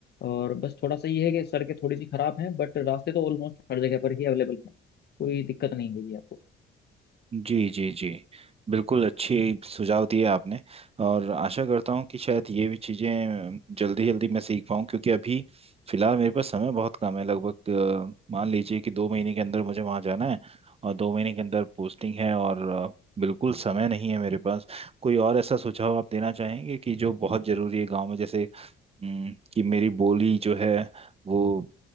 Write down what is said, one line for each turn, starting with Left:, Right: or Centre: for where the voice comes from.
Left: और बस थोड़ा सा ये है कि सड़कें थोड़ी सी खराब हैं बट रास्ते तो ऑलमोस्ट हर जगह पर ही अवेलेबल हैं कोई दिक्कत नहीं होगी आपको
Right: जी जी जी बिल्कुल अच्छी सुझाव दिए आपने और आशा करता हूँ कि शायद ये भी चीज़ें जल्दी जल्दी मैं सीख पाऊँ क्योंकि अभी फिलहाल मेरे पास समय बहुत कम है लगभग अ, मान लीजिए कि दो महीने के अंदर मुझे वहाँ जाना है और दो महीने के अंदर पोस्टिंग है और अ, बिल्कुल समय नहीं है मेरे पास कोई और ऐसा सुझाव आप देना चाहेंगे कि जो बहुत ज़रूरी है गांव में जैसे अम, कि मेरी बोली जो है वो